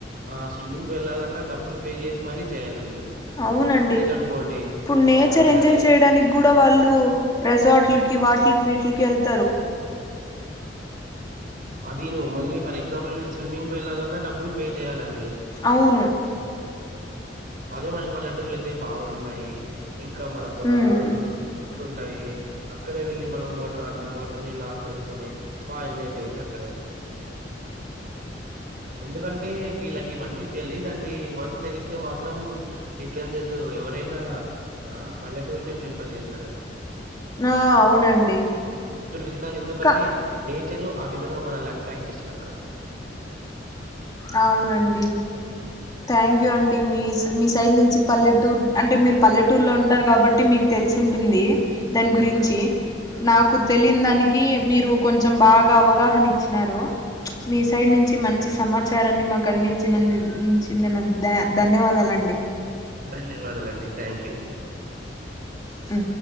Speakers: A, on the right (about 50°); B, on the left (about 20°).
A: ఆ స్విమ్మింగ్ వెళ్ళాలన్నా డబ్బులు పే చే మరి చేయాల వీళ్ళు.
B: అవునండి
A: అనుకోండి
B: ఇప్పుడు
A: బావులుంటాయి.
B: నేచర్ ఎంజాయ్ చేయడానికి కూడా వాళ్ళు రెసార్ట్లకి వాటిలకి వీటిలకి వెళ్త
A: అదిను మళ్ళీ ఫర్ ఎగ్జాంపుల్ స్విమ్మింగ్ వెళ్లాలన్నా డబ్బులు పే చేయాలండి.
B: అవును.
A: అదే మన పల్లెటూరులో అయితే బావులు ఉంటాయి. ఇంకా మన పొలాల్లో
B: ఉమ్
A: తో తో ట్టి ఎట్లుంటాయి అక్కడే వెళ్ళి మనం మోటార్ అన్ని మోటార్నీల్ ఆన్ చేసుకొని బా ఎంజాయ్ చేయొచ్చు అక్కడే ఎందుకం అంటే వీళ్ళకి ఇవన్నీ తెలీదండి. వన్స్ తెలిస్తే మాత్రం డిఫరెన్సెస్ ఎవరైనా పల్లెటూరునే ప్రిఫర్ చేస్తారండి.
B: ఆ అవునండి.
A: ప్రతిసారి ఎందుకంటే
B: కా
A: నే వచ్చారు ఆ విధంగా మనల్ని అక్టక్ చేస్తున్నా అక్కడ
B: అవునండి. థ్యాంక్ యూ
A: హ్మ్.
B: అండి మీస్ మిస్స్ చైన్ నుంచి పల్లెటూర్ అంటే మీరు పల్లెటూర్ లో ఉంటారు కాబట్టి మీకు తెలిసింట్టుంది. దాని
A: అవునండి.
B: గురించి నాకు తెలియని దానికి మీరు కొంచెం బాగా అవగాహన ఇచ్చి ఉన్నారు మీ సైడ్
A: ఆ!
B: నుంచి
A: సరే
B: మంచి
A: అండి.
B: సమాచారాన్ని మాకు అందించినందు నన్న ధ ధన్యవాదాలండి
A: ధన్యవాదాలండి. Thank you.
B: హ